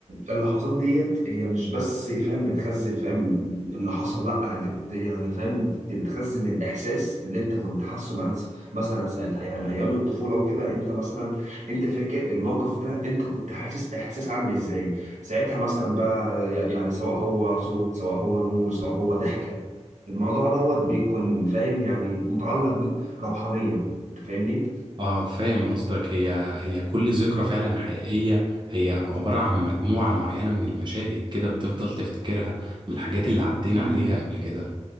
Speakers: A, on the right; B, on the right.
A: اللحظات ديت هي مش بس فاهم بتخزن فاهم اللي حصل لا دي بت يعني فاهم دي بتخزن الاحساس اللي انت كنت حاسه منس- مثلا ساعتها يعني ايام الطفوله وكده انت مثلا انت فاكر الموقف ده انت كنت حاسس احساس عامل ازاي ساعتها مثلا بقى ي- يعني سواء هو صوت سواء هو نور سواء هو ضحكه الموضوع دوت بيكون فاهم يعني متعلق بك روحانيا انت فاهمني
B: اه فاهم قصدك هي هي كل ذكرى فعلا حقيقية هي عبارة عن مجموعة معينة من المشاهد كده بتفضل تفتكرها من الحاجات اللي عدينا
A: امم
B: عليها قبل كده